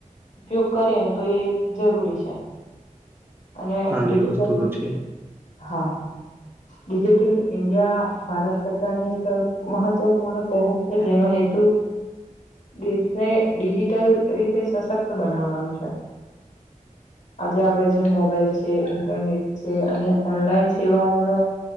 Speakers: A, on the left; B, on the right.
A: ઉપયોગ કરીએ ને તો એ જરૂરી છે. અને
B: હા
A: ડિજિટલ
B: એ વસ્તુ તો છે
A: હા ડિજિટલ ઇન્ડિયા ભારત સરકારની એક મહત્વપૂર્ણ પહોચ છે, જેનો હેતુ દેશને ડિજિટલ રીતે સશક્ત બનાવવાનું છે. આજે આપણેે જે મોબાઈલ છે, ઇન્ટરનેટ છે, અને ઓનલાઈન સેવાઓનો